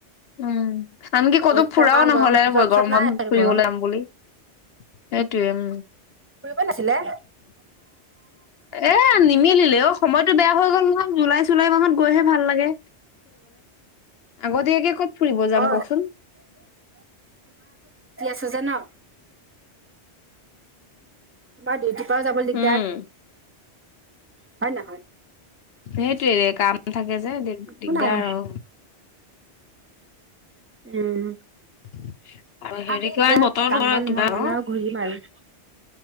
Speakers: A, on the left; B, on the right.
A: উম আনকি কতো
B: এই দুটা
A: ফুৰাও
B: মাহ
A: নহলে
B: গৰম যোৱাৰ পিছত
A: গৰম
B: নাই
A: বন্ধত
B: আৰু
A: ফুৰিবলে
B: গৰম
A: যাম যাম বুলি। সেইটোয়ে উম,
B: ফুৰিব নাছিলে
A: এ নিমিলিলে অ সময়টো বেয়া হৈ গ'ল জুলাই চুলাই মাহত গৈহে ভাল লাগে আগতীয়াকে ক'ত ফুৰিব যাম
B: অ
A: কওকচোন
B: ছজনা বা ডিউটি তই যাবলৈ দিগদাৰ
A: উম।
B: হয় ন হয়
A: সেইটোয়ে দে কাম থাকে যে
B: একো
A: দিগদাৰ
B: নাই
A: আৰু
B: উম।
A: <inaudible>
B: আমি
A: কিবা
B: এতিয়া
A: বতৰটো
B: কাম বন
A: কিবা
B: নোহোৱা
A: ন
B: মানহ আৰু ঘূৰি মাৰো